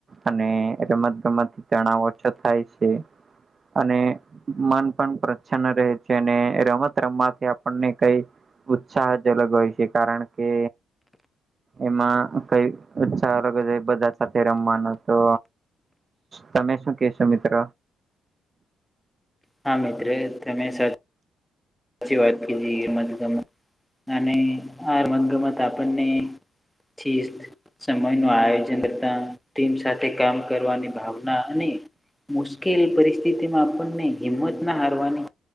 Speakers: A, on the right (about 40°); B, in the centre.
A: અને રમત-ગમત થી તણાવ ઓછો થાય છે અને મન પણ પ્રસન્ન રહે છે અને રમત રમવાથી આપણને કઈ ઉત્સાહ જ અલગ હોય છે કારણ કે એમાં કંઈ <unintelligible> બધા સાથે રમવાનું તો તમે શું કેશો મિત્ર?
B: હા મિત્ર તમે સા સાચી વાત કીધી <unintelligible> અને આ રમતગમત આપણને <unintelligible> સમય નું આયોજન કરતા ટીમ સાથે કામ કરવાની ભાવના અને મુશ્કેલ પરિસ્થિતિ માં આપણને હિંમત ના હારવાની